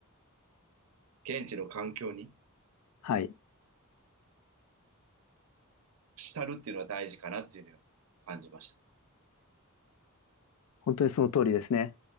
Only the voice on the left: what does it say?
はい。
本当にその通りですね。